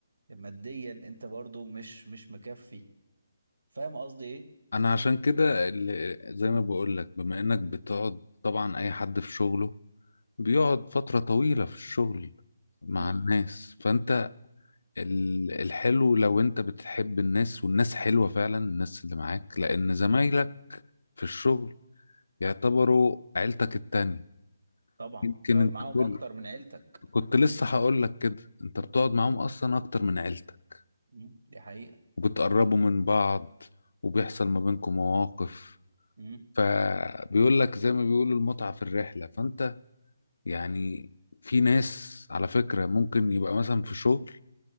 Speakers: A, on the right (about 80°); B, on the left (about 85°).
A: ماديا انت برضو مش مش مكفي فاهم قصدي ايه
B: انا عشان كده اللي زي ما بقول لك بما انك بتقعد طبعا اي حد في شغله بيقعد فترة طويلة في الشغل مع
A: امم
B: الناس فانت ال- الحلو لو انت بتحب الناس والناس حلوة فعلا الناس اللي معاك لان زمايلك في الشغل يعتبروا عيلتك التانية
A: طبعا
B: يمكن
A: تقعد
B: انت
A: معاهم
B: كل
A: اكتر من عيلتك
B: كنت لسه هقول لك كده انت
A: مم.
B: بتقعد معاهم اصلا اكتر من عيلتك
A: مم. دي حقيقة
B: وبتقربوا من بعض وبيحصل ما بينكم مواقف
A: مم.
B: فبيقول
A: مم.
B: لك زي ما بيقولوا المتعة في الرحلة فانت يعني في ناس على فكرة ممكن يبقى مثلا في شغل